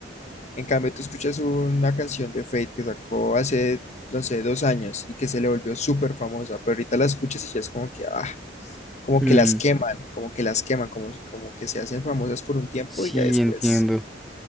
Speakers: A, on the left; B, in the centre.
A: En cambio, tú escuchas una canción de Fate que sacó hace, no sé, dos años y que se le volvió súper famosa, pero ahorita la escuchas y ya es como que, ah, como
B: Hmm,
A: que las queman, como que las queman, como, como que se hacen famosas por un tiempo
B: sí,
A: y ya después,
B: entiendo.